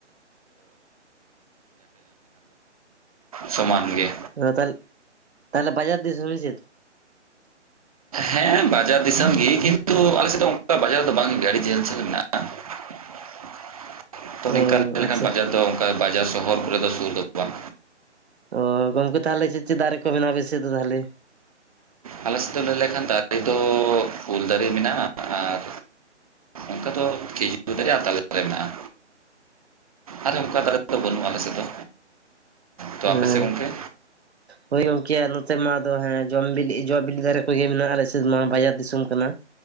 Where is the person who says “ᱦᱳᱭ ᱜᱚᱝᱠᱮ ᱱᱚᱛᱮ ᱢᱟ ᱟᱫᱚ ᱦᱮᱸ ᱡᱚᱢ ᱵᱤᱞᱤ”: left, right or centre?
Right